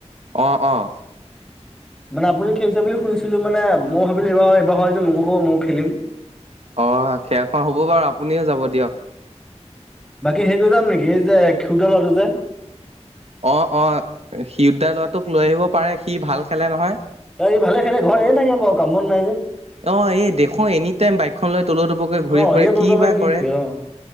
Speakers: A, on the right; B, in the centre.
A: অ', অ',
B: মানে আপুনি খেলিছে বুলি শুনিছিলো মানে মই ভাবিলো এইবাৰ-এইবাৰ হয় যদি মোকো কব মইও খেলিম।
A: অ', খেল খন হ'ব বাৰু, আপুনিও যাব দিয়ক।
B: বাকী হেৰিক লৈ যাম নেকি, এই যে ক্ষীৰোদৰ কৰাটো যে?
A: অ'-অ', সিৰোড ডাৰ লোৱাটোক লৈ আহিব পাৰে সি ভাল খেলে নহয়?
B: এ ই ভালে খেলে ঘৰত এনে থাকে বাৱ কাম বন নাই যে।
A: অ', এই দেখো এনি টাইম বাইকখন লৈ তল তলকৈ ঘূৰি
B: অ
A: ফুৰে,
B: ইয়াত
A: কি
B: তমাৰ
A: বা
B: ঘূৰি
A: কৰে।
B: ফুৰে অ